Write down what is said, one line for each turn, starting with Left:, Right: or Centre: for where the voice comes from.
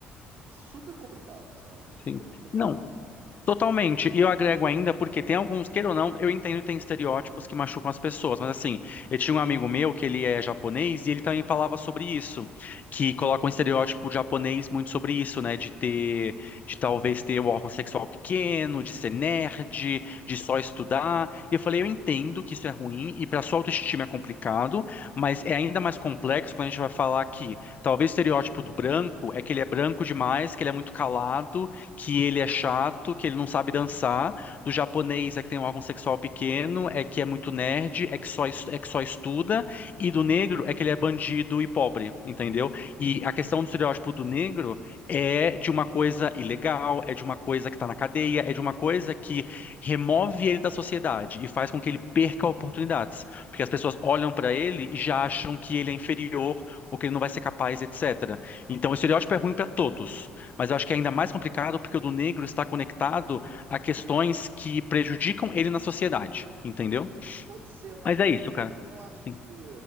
Right: super complicado, sabe? Super
Left: sim.
Right: complicado.
Left: Não, Totalmente. E eu agrego ainda porque tem alguns, queira ou não, eu entendo que tem estereótipos que machucam as pessoas, mas assim, eu tinha um amigo meu que ele é japonês e ele também falava sobre isso, que coloca um estereótipo japonês muito sobre isso, né, de ter, de talvez ter o órgão sexual pequeno, de ser nerd, de só estudar. E eu falei, eu entendo que isso é ruim e para sua autoestima é complicado, mas é ainda mais complexo quando a gente vai falar que talvez o estereótipo do branco é que ele é branco demais, que ele é muito calado que ele é chato, que ele não sabe dançar. Do japonês é que tem um órgão sexual pequeno, é que é muito nerd, é que só, es- é que só estuda. E do negro é que ele é bandido e pobre, entendeu? E a questão do estereótipo do negro é de uma coisa ilegal, é de uma coisa que está na cadeia, é de uma coisa que remove ele da sociedade e faz com que ele perca oportunidades. Porque as pessoas olham para ele e já acham que ele é inferior ou que ele não vai ser capaz, etc. Então, o estereótipo é ruim para todos. Mas eu acho que é ainda mais complicado porque o do negro está conectado a questões que prejudicam ele na sociedade, entendeu?
Right: Pode ser, mas
Left: Mas
Right: eu,
Left: é isso, cara.
Right: eu também não acho que
Left: Sim.